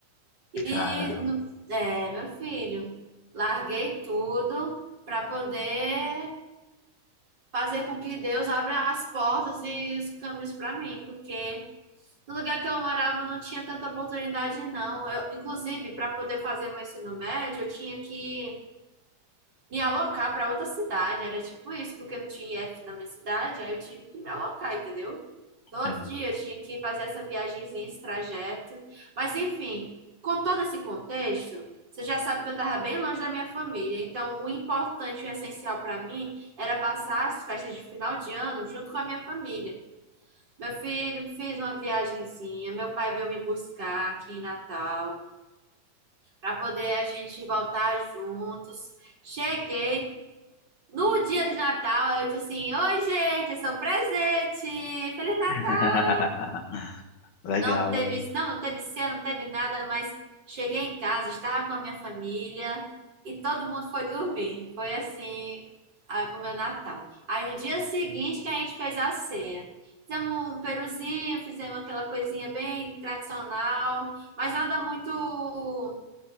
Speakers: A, on the right; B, on the left.
A: E,
B: Caramba.
A: no- é, meu filho, larguei tudo para poder fazer com que Deus abra as portas e os caminhos para mim. Porque no lugar que eu morava não tinha tanta oportunidade, não. Eu, inclusive, para poder fazer meu ensino médio, eu tinha que me alocar para outra cidade. Era tipo isso, porque não tinha I F na minha cidade, aí eu tive que me alocar, entendeu? Todo
B: É.
A: dia eu tinha que fazer essa viagenzinha, esse trajeto. Mas enfim, com todo esse contexto, você já sabe que eu estava bem longe da minha família. Então, o importante, e o essencial para mim era passar as festas de final de ano junto com a minha família. Meu filho fez uma viagenzinha, meu pai veio me buscar aqui em Natal para poder a gente voltar juntos. Cheguei, no dia de Natal, eu disse assim: Oi, gente, eu sou o presente! Feliz Natal!
B: <laughs> Legal,
A: Não teve,
B: legal.
A: não, não teve cena, não teve nada, mas cheguei em casa, estava com a minha família e todo mundo foi dormir. Foi assim a- o meu Natal. Aí no dia seguinte que a gente fez a ceia. Fizemos um peruzinho, fizemos aquela coisinha bem tradicional, mas nada muito